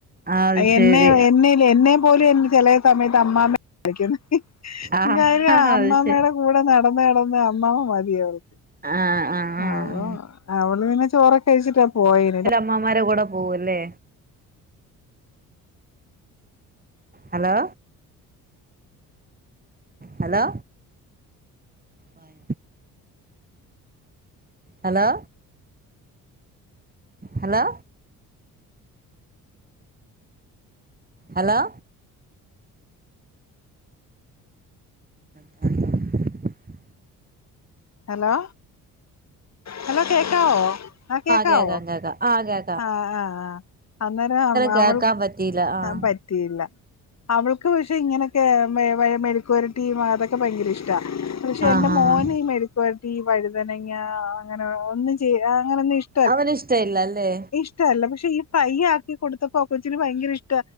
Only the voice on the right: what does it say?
ആഹ് അത് ശരി
ആഹ്
അത് ശരി
ആഹ് ആഹ് ആഹ് ആഹ്
മ്മാമ്മാരെടെ കൂടെ പോവു അല്ലേ ഹലോ ഹലോ മഴ hello hello hello <inaudible>
കേക്കാം കേക്കാം ആഹ് കേ
കേക്കാൻ
പറ്റിയില്ല ആഹ്
ആഹ്
ആഹ്
അവന് ഇഷ്ട ഇല്ല അല്ലേ